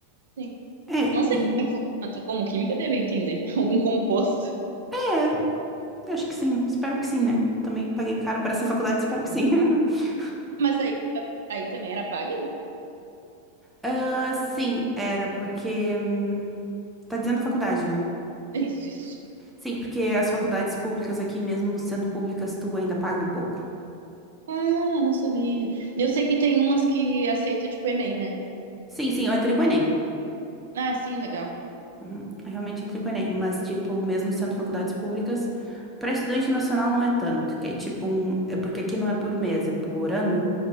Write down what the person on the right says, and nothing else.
Sim.
Não sei
como é que funciona, tu como química deve entender. <laughs> Algum composto.
Mas aí, aí também era paga?
Isso, isso.
Ah, não sabia. Eu sei que tem umas que aceita, tipo, Enem, né?
Ah, sim, legal.